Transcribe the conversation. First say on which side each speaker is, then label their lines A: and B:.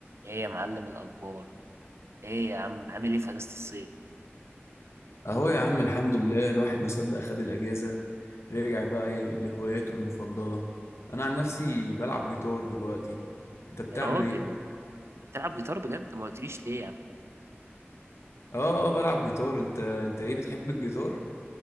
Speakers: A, on the right; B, on the left.
A: ايه يا معلم الاخبار ايه يا عم عامل ايه في اجازه الصيف
B: اهو يا عم الحمد لله الواحد ما صدق خد الاجازه رجع بقى إيه لهواياته المفضله انا عن نفسي بلعب جيتار دلوقتي انت بتعمل
A: يا راجل
B: ايه
A: بتلعب جيتار بجد ما قلتليش ليه يا عم
B: اه اه بلعب جيتار انت انت ايه بتحب الجيتار